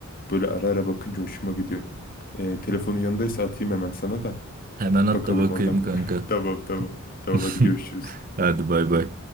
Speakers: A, on the left; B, on the right.
A: Böyle ara ara bakınca hoşuma gidiyor. E, telefonun yanındaysa atayım hemen sana da.
B: Hemen at
A: Bakalım
B: da bakayım
A: oradan
B: kanka.
A: bir. <laughs> Tamam tamam. Tamam
B: <laughs>
A: hadi görüşürüz.
B: Hadi bay bay.